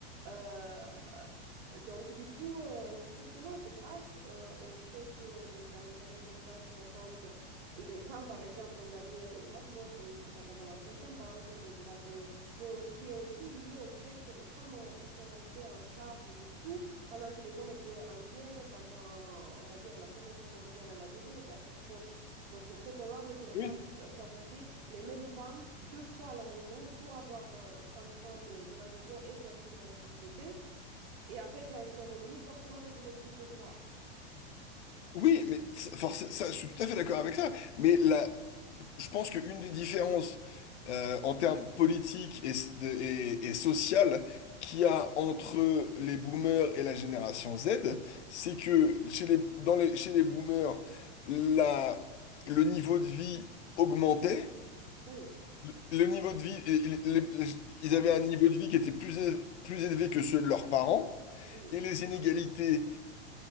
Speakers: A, on the right; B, on the left.
A: euh, euh, Donc, du coup, euh, je trouve que non, et c'est grâce euh, au fait que les- dans les années 50, 60, les femmes, par exemple, ont gagné le droit de vote, le droit d'avoir un compte en banque, le droit de... Mais au- qui est aussi lié au fait que les femmes ont- sont restées en charge de tout pendant que les hommes étaient en guerre, pendant, on va dire, la Première Guerre mondiale à la Deuxième était assez proche. Donc, c'est très probable que les
B: Oui.
A: femmes so- soient restées les mêmes femmes deux fois à la maison pour avoir, euh, prendre soin de, de la maison et faire vivre la société. Et après, quand elles sont revenues, forcément, elles voulaient plus de droits.
B: Oui, mais ça, forc- ça, je suis tout à fait d'accord avec ça. Mais là, je pense qu'une des différences euh, en termes politiques et, s- de- et, et sociales qu'il y a entre les boomers et la génération Z, c'est que chez les, dans les, chez les boomers, la, le niveau de vie augmentait.
A: Oui,
B: Le le niveau de vie, et- et- les- les- ils
A: complètement.
B: avaient un niveau de vie qui était plus, é- plus élevé que ceux de leurs parents,
A: Oui,
B: et les inégalités